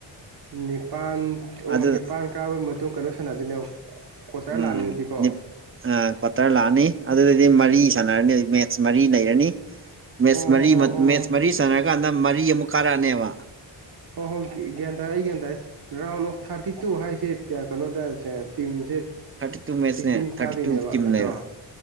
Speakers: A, on the right; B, on the right.
A: ꯅꯤꯄꯥꯜ ꯑꯣ
B: ꯑꯗꯨ
A: ꯅꯤꯄꯥꯟ ꯀꯥꯕꯒꯤ ꯃꯇꯨꯡ ꯀꯩꯅꯣ ꯁꯥꯟꯅꯗꯣꯏꯅꯦ ꯀ꯭ꯋꯥꯇꯔ
B: ꯎꯝ
A: ꯂꯥꯛꯑꯅꯤꯗꯤꯀꯣ
B: ꯀ꯭ꯋꯥꯇꯔ ꯂꯥꯛꯑꯅꯤ ꯑꯗꯨꯗꯗꯤ ꯃꯔꯤ <unintelligible>
A: ꯑꯣ ꯍꯣ ꯍꯣ ꯑꯣ
B: ꯀꯥꯟꯗ ꯃꯔꯤ ꯑꯃꯨꯛ ꯀꯥꯔꯛꯑꯅꯦꯕ
A: ꯍꯣꯏ ꯍꯣꯏ ꯒ꯭ꯌꯥꯟ ꯇꯥꯔꯦ ꯑꯩ ꯒ꯭ꯟ ꯇꯥꯔꯦ ꯔꯥꯎꯟ ꯑꯣꯐ ꯊꯥꯔꯇꯤ ꯇꯨ ꯍꯥꯏꯁꯦ ꯀꯩꯅꯣꯗꯁꯦ ꯇꯤꯟꯁꯦ
B: ꯊꯥꯔꯇꯤ ꯇꯨ ꯃꯦꯠꯁꯅꯦ
A: ꯁꯤꯛꯁꯇꯤꯟ
B: ꯊꯥꯔꯇꯤ
A: ꯀꯥꯗꯣꯏꯅꯦꯕ
B: ꯇꯨ ꯇꯤꯝ
A: ꯅꯠꯇ꯭ꯔꯣ
B: ꯂꯩꯕ